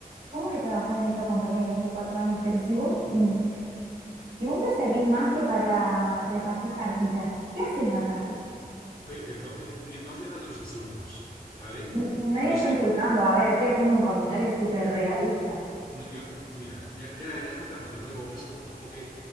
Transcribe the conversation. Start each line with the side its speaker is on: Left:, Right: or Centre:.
Right: ¿cómo que trabajás en esta compañía desde hace cuatro años? Pero si vos, mm, si vos no servís más que para repartir cartitas, ¿qué haces acá?
Left: pe- perdón, eh, ni- no hace falta los insultos, ¿vale?
Right: N- nadie
Left: Yo
Right: está
Left: sé,
Right: insultando, a ver, estoy haciendo un comentario súper realista.
Left: no, yo, yo- mira, ya, ya, ya empezamos de nuevo, hombre, es como, como que